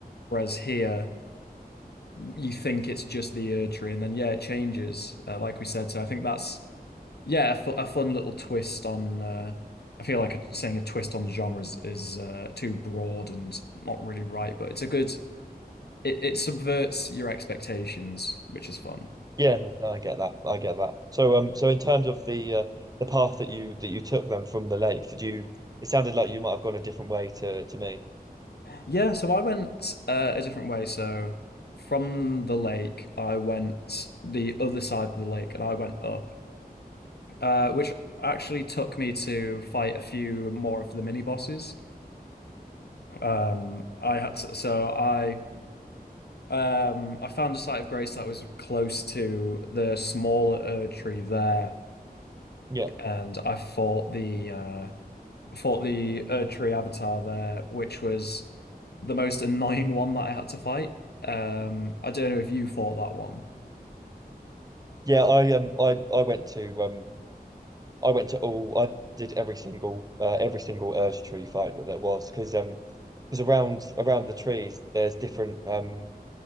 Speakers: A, on the left (about 85°); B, on the right (about 25°).
A: Whereas here you think it's just the Ur tree and then yeah, it changes, uh, like we said. So I think that's yeah, a, fu- a fun little twist on. Uh, I feel like a, saying a twist on the genre is, is uh, too broad and not really right, but it's a good. It, it subverts your expectations, which is fun.
B: Yeah, no, I get that. I get that. So, um, so in terms of the uh, the path that you that you took then from the lake, did you? It sounded like you might have gone a different way to to me.
A: Yeah, so I went uh, a different way. So from the lake, I went the other side of the lake, and I went up, uh, which actually took me to fight a few more of the mini bosses. Um, I had to, so I. Um, I found a site of grace that was close to the smaller Erd tree there,
B: Yeah,
A: and I fought the uh, I fought the Erd tree avatar there, which was the most annoying one that I had to fight. Um, I don't know if you fought that one.
B: yeah. I um, I I went to um, I went to all. I did every single uh, every single Urge Tree fight that there was because um, because around around the trees there's different um,